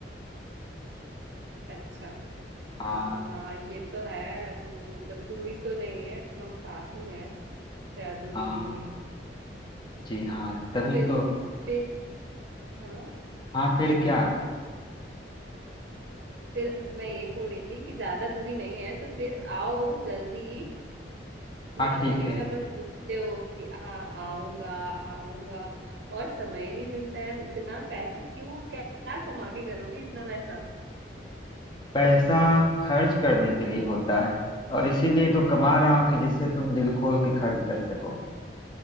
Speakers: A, on the right; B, on the left.
A: अच्छा
B: हाँ
A: हाँ हाँ ये तो है हम्म, मतलब दूरी तो नहीं है हम पास ही हैं ज्यादा दूरी
B: हाँ
A: नहीं है
B: जी हाँ
A: तो
B: तभी
A: फिर
B: तो
A: फिर हाँ
B: हाँ फिर क्या
A: फिर मैं ये बोल रही थी कि ज्यादा दूरी नहीं है तो फिर आओ जल्दी मतलब
B: हाँ ठीक
A: हमेशा
B: है
A: बस बोलते हो कि हाँ आऊंगा आऊंगा और समय नहीं मिलता है इतना पैसे क्यों क्या क्या कमा के करोगे इतना पैसा
B: पैसा खर्च करने के लिए होता है और इसीलिए तो कमा रहा हूँ कि जिससे तुम दिल खोल के खर्च कर सको